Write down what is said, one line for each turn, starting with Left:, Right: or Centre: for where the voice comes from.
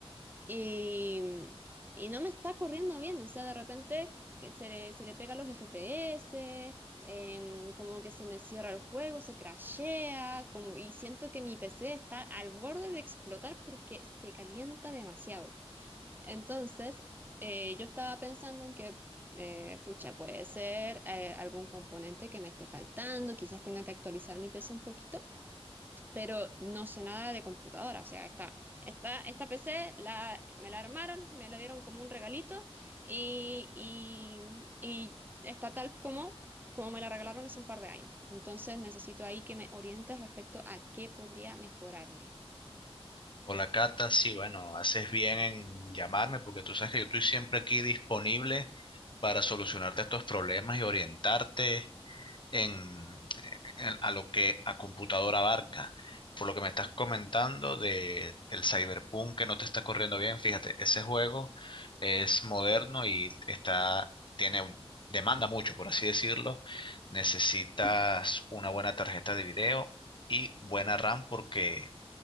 Right: Y, y no me está corriendo bien, o sea, de repente que se le, se le pega los FPS, em, como que se me cierra el juego, se crashea, como, y siento que mi PC está al borde de explotar porque se calienta demasiado. Entonces, eh, yo estaba pensando en que, eh, pucha, puede ser eh, algún componente que me esté faltando, quizás tenga que actualizar mi PC un poquito pero no sé nada de computadora, o sea, esta, esta, esta PC la, me la armaron, me la dieron como un regalito y, y, y está tal como, como me la regalaron hace un par de años. Entonces necesito ahí que me orientes respecto a qué podría mejorarle.
Left: Hola Cata, sí, bueno, haces bien en llamarme porque tú sabes que yo estoy siempre aquí disponible para solucionarte estos problemas y orientarte en, en- a lo que a computadora abarca. Por lo que me estás comentando de el Cyberpunk que no te está corriendo bien, fíjate, ese juego es moderno y está, tiene, demanda mucho, por así decirlo. Necesitas una buena tarjeta de video y buena RAM porque